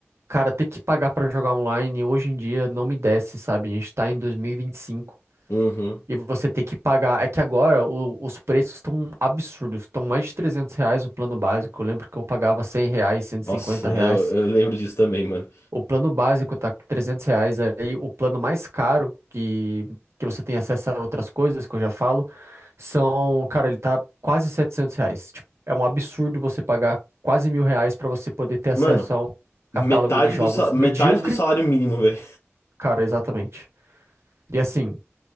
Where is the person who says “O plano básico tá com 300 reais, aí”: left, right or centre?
Right